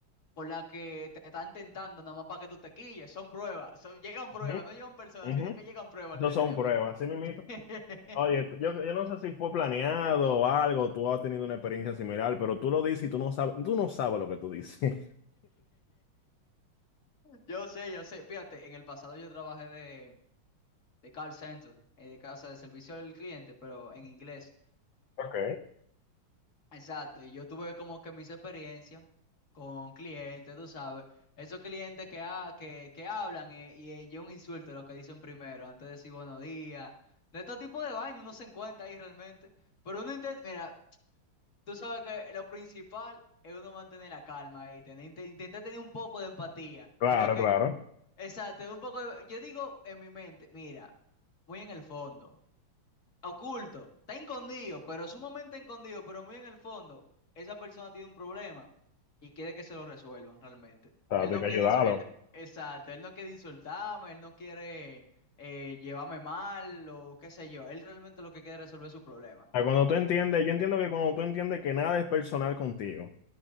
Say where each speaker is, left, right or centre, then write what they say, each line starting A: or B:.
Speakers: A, on the left (about 40°); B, on the left (about 70°).
A: por la que te están tentando nada más para que tú te quilles. Son pruebas, son- llegan
B: Ujú,
A: pruebas, no llegan personas,
B: ujú.
A: sino que llegan pruebas
B: Eso
A: al
B: son
A: teléfono.
B: pruebas, ¿sí, mimito?
A: <laughs>
B: Oye, tú- yo, yo no sé si fue planeado o algo, tú has tenido una experiencia similar, pero tú lo dices y tú no sabes, tú no sabes lo que tú dices. <laughs>
A: Yo sé, yo sé. Fíjate, en el pasado yo trabajé de, de call center, eh, de casa de servicio al cliente, pero en inglés.
B: Ok,
A: Exacto, y yo tuve como que mis experiencias con clientes, tú sabes, esos clientes que, ha- que, que hablan eh, y eh, un insulto lo que dicen primero, antes de decir buenos días, de todo tipo de vainas uno se encuentra ahí realmente, pero uno intenta, mira, tú sabes que lo principal es uno mantener la calma y tener, inte- intentar tener un poco de empatía,
B: claro,
A: es lo que,
B: claro.
A: exacto, un poco de- yo digo en mi mente, mira, muy en el fondo oculto, está escondido, pero sumamente escondido, pero muy en el fondo, esa persona tiene un problema y quiere que se lo resuelvan realmente.
B: O sea,
A: Él
B: hay
A: no
B: que ayudarlo.
A: quiere, insu- él, exacto, él no quiere insultarme, él no quiere eh, llevarme mal o qué sé yo, él realmente lo que quiere es resolver su problema.
B: A cuando tú entiendes,
A: Eh,
B: yo entiendo que cuando tú entiendes que nada es personal contigo,